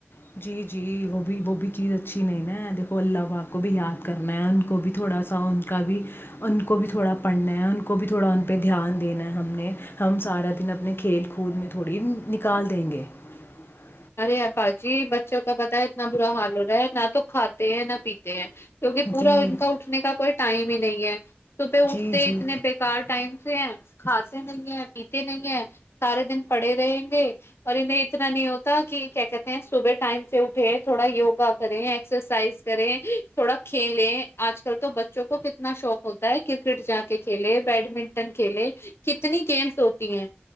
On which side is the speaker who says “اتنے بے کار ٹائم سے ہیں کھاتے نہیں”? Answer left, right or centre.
Left